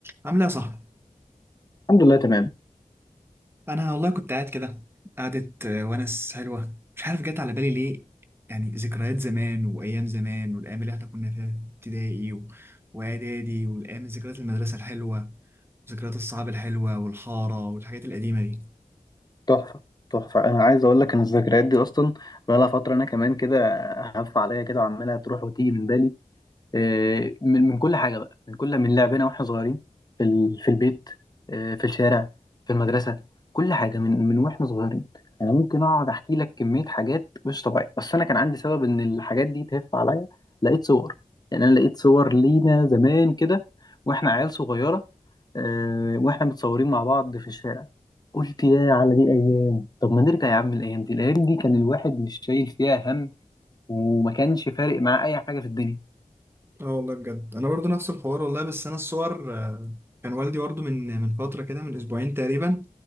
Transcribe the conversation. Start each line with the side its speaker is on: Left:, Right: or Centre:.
Right: عامله ايه يا صاحبي
Left: الحمد لله تمام
Right: انا والله كنت قاعد كده قعدة آه، ونس حلوه مش عارف جت على بالي ليه يعني ذكريات زمان وايام زمان والايام اللي احنا كنا فيها في ابتدائي و- واعدادي والايام ذكريات المدرسه الحلوه ذكريات الصحاب الحلوه والحاره والحاجات القديمه دي
Left: تحفة تحفة أنا عايز أقول لك إن الذكريات دي أصلا بقالها فترة أنا كمان كده هف عليا كده وعمالة تروح وتيجي من بالي آه، من من كل حاجه بقى من كل من لعبنا واحنا صغيرين في ال- في البيت آه، في الشارع في المدرسه كل حاجه من من واحنا صغيرين انا ممكن اقعد احكي لك كميه حاجات مش طبيعيه بس انا كان عندي سبب ان الحاجات دي تهف عليا لقيت صور يعني انا لقيت صور لينا زمان كده واحنا عيال صغيره آه، واحنا متصورين مع بعض في الشارع قلت يا على دي ايام طب ما نرجع يا عم الايام دي الايام دي كان الواحد مش شايل فيها هم وما كانش فارق معاه اي حاجه في الدنيا
Right: اه والله بجد انا برضو نفس الحوار والله بس انا الصور آه، كان والدي برضو من من فتره كده من اسبوعين تقريبا